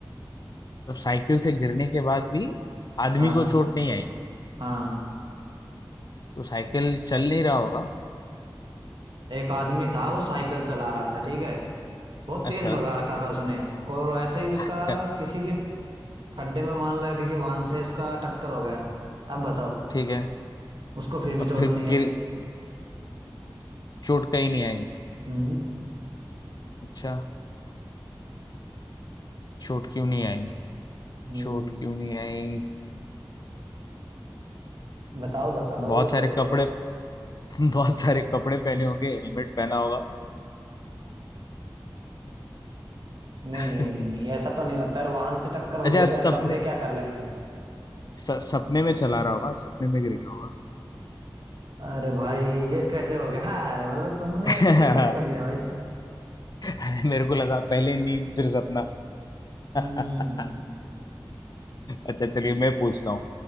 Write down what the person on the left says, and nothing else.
तो साइकिल से गिरने के बाद भी आदमी
को चोट नहीं आई
तो साइकिल चल नहीं रहा होगा
अच्छा
<laughs>
ठीक है
अब
फिर
भी
गिर चोट कहीं नहीं आई
अच्छा चोट क्यों नहीं आई
चोट क्यों नहीं आई
बहुत सारे
कपड़े <laughs> बहुत सारे कपड़े पहने होंगे हेलमेट पहना होगा
<laughs>
अच्छा
सपने
स, सपने में चला रहा होगा सपने में गिर गया होगा
<laughs>
अरे मेरे को लगा पहले नींद फिर सपना
<laughs> अच्छा चलिए मैं पूछता हूँ